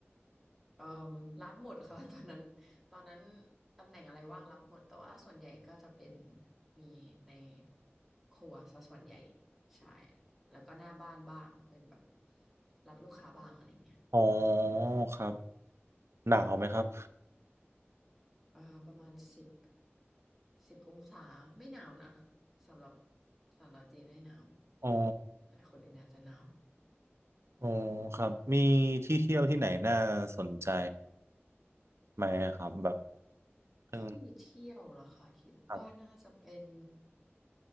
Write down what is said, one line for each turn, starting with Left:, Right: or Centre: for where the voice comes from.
Centre: เอ่อรับหมดค่ะ <laughs> ตอนนั้นตอนนั้นตำแหน่งอะไรว่างรับหมดแต่ว่าส่วนใหญ่ก็จะเป็นมีในครัวซะส่วนใหญ่ใช่แล้วก็หน้าบ้านบ้างเป็นแบบรับลูกค้าบ้างอะไรเงี้ย
Right: อ๋อครับหนาวไหมครับ
Centre: เอ่อประมาณสิบสิบองศาไม่หนาวนะสำหรับสำหรับจีนไม่หนาว
Right: อ๋อ
Centre: แต่คนอื่นอาจจะหนาว
Right: อ๋อครับมีที่เที่ยวที่ไหนน่าสนใจไหมครับแบบเออ
Centre: ที่เที่ยวเหรอคะคิดว่าน่าจะเป็น
Right: ครับ